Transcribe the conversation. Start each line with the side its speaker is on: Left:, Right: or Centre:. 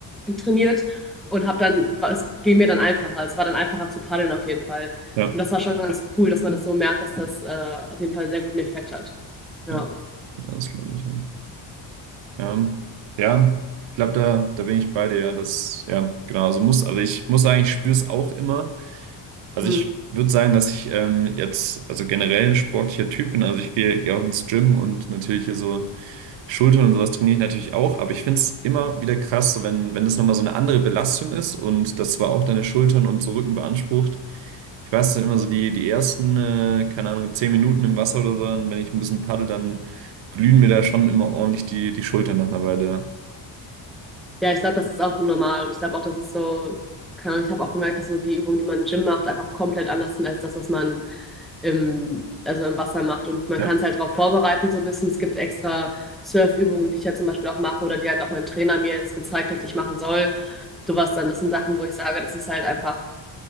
Centre: trainiert und habe dann, es ging mir dann einfacher. Es war dann einfacher zu paddeln auf jeden Fall.
Right: ja,
Centre: Und das war schon ganz cool, dass man das so merkt, dass das äh, auf jeden Fall einen sehr guten Effekt hat. Ja,
Right: ja, Ja, das glaube ich, ja. Ja, ja, ich glaube, da, da bin ich bei dir, ja. Das, ja, genau, also muss, also ich muss sagen, ich spüre es auch immer. Also
Centre: hm.
Right: ich würde sagen, dass ich ähm, jetzt, also generell ein sportlicher Typ bin. Also ich gehe gehe auch ins Gym und natürlich hier so Schultern und sowas trainiere ich natürlich auch. Aber ich finde es immer wieder krass, so wenn, wenn es nochmal so eine andere Belastung ist und das zwar auch deine Schultern und so Rücken beansprucht. Ich weiß dann immer so die, die ersten, äh, keine Ahnung, zehn Minuten im Wasser oder so, dann, wenn ich ein bisschen paddel, dann glühen mir da schon immer ordentlich die, die Schultern nach einer Weile. Ja.
Centre: Ja, ich glaube, das ist auch normal. Und ich glaube auch, das ist so, keine Ahnung, ich habe auch gemerkt, dass so die Übungen, die man im Gym macht, einfach komplett anders sind als das, was man im, also im Wasser macht. Und man
Right: Ja.
Centre: kann es halt darauf vorbereiten, so ein bisschen. Es gibt extra Surfübungen, die ich ja zum Beispiel auch mache oder die halt auch mein Trainer mir jetzt gezeigt hat, die ich machen soll. Sowas dann, das sind Sachen, wo ich sage, das ist halt einfach